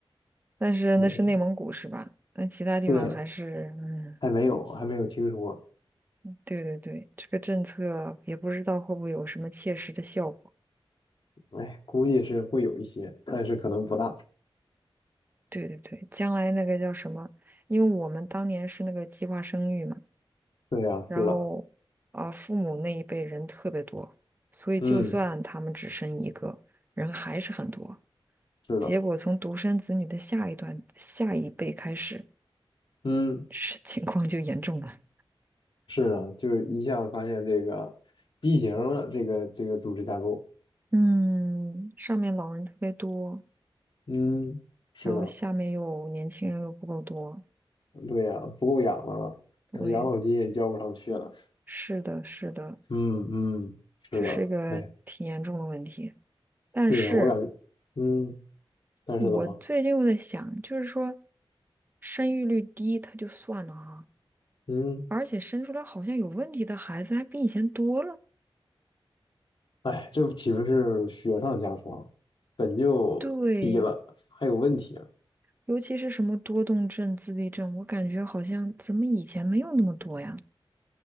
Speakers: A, on the right (about 20°); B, on the left (about 55°).
A: 但是那是内蒙古是吧？
B: 对，是。
A: 那其他地方还是，
B: 对，
A: 嗯，
B: 还没有，还没有听说。
A: 对对对，这个政策也不知道会不会有什么切实的效果。
B: 哎，估计是会有一些，但是可能不大。
A: 对对对，将来那个叫什么？因为我们当年是那个计划生育嘛，
B: 对呀，
A: 然后啊，
B: 是的，
A: 父母那一辈人特别多，所以就算他们只生一个人，
B: 嗯，
A: 还是很多。
B: 是的，
A: 结果从独生子女的下一段下一辈开始，
B: 嗯，
A: 是情况就严重了。
B: 是的，就是一下子发现这个畸形了，这个这个组织架构，
A: 嗯，上面老人特别多，
B: 嗯，是的，
A: 然后下面又年轻人又不够多，
B: 对呀，不够养的了，
A: 对，
B: 呃养老金也交不上去了。
A: 是的，是的，
B: 嗯嗯，是的，
A: 这是一个挺严重的问题。
B: 哎，
A: 但是
B: 对呀，我感觉，嗯，但是怎么，
A: 我最近又在想，就是说生育率低，它就算了啊，
B: 嗯，
A: 而且生出来好像有问题的孩子还比以前多了。
B: 哎，这不岂不是雪上加霜，本就低了，
A: 对，
B: 还有问题了。
A: 尤其是什么多动症、自闭症，我感觉好像怎么以前没有那么多呀？